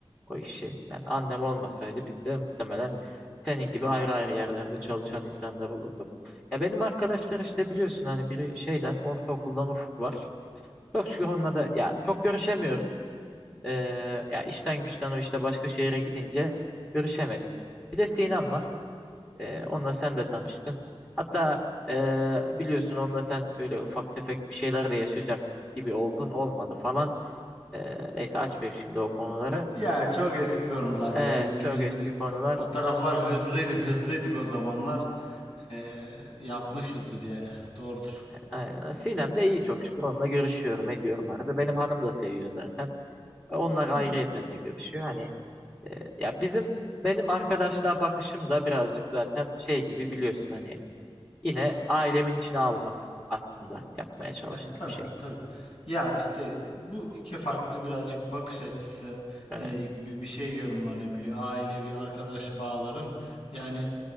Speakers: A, on the left (about 20°); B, on the left (about 80°).
A: o işi. Yani annem olmasaydı biz de muhtemelen senin gibi ayrı ayrı yerlerde çalışan insanlar olurduk. Ya benim arkadaşlar işte biliyorsun hani biri şeyden ortaokuldan Ufuk var. Çok şükür onunla da ya çok görüşemiyorum. Ee, ya işten güçten o işte başka şehire gidince görüşemedik. Bir de Sinem var. Ee, onunla sen de tanıştın. Hatta ee, biliyorsun onunla sen öyle ufak tefek bir şeyler de yaşayacak gibi oldun olmadı falan. Ee, neyse açmayayım şimdi o konuları.
B: Ya çok eski konular
A: Evet
B: ya bizim
A: çok
B: şimdi
A: eski konular.
B: o taraflar hızlıydı hızlıydık o zamanlar Ee, yapmışızdır yani doğrudur.
A: Aynen. Sinem de iyi çok şükür. Onunla görüşüyorum ediyorum arada. Benim hanım da seviyor zaten. E, Onlar ayrıyeten
B: Ya.
A: de görüşüyor. Hani e, ya bizim benim arkadaşlığa bakışım da birazcık zaten şey gibi biliyorsun hani yine ailemin içine almak aslında yapmaya çalıştığım
B: Evet, tabii
A: şey.
B: tabii. Ya işte bu iki farklı birazcık bakış açısı
A: Evet.
B: e, gibi bir şey yorumlanabiliyor. Ailevi arkadaş bağların yani